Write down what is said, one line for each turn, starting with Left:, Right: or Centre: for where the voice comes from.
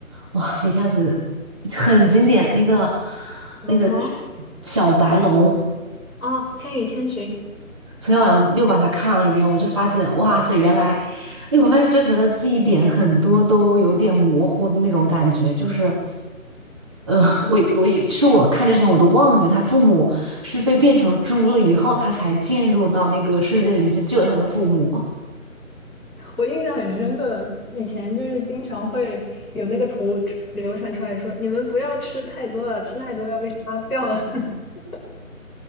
Right: 哇，一下子很经典，那个
Centre: 龙猫
Right: 那个就是小白龙，
Centre: 哦，《千与千寻》，
Right: 昨天晚上又把它看了一遍，我就发现，哇塞，原来，因为我发现之前的记忆点很多都有点模糊的那种感觉，就是，呃，我也我也，是我看之前我都忘记他父母是被变成猪了以后，他才进入到那个世界里面去救他的父母。
Centre: 我印象很深刻，以前就是经常会有那个图流传出来说，你们不要吃太多了，吃太多要被杀掉了，<laughs>